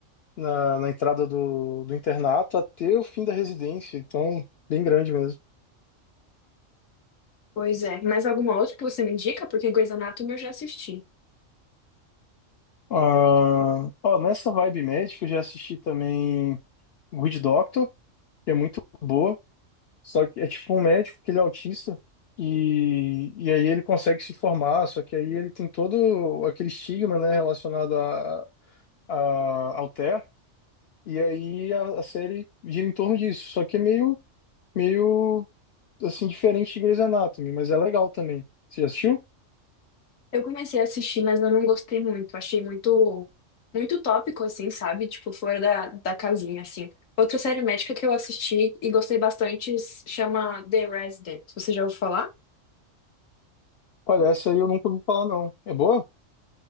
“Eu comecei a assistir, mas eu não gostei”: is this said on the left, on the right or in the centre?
Left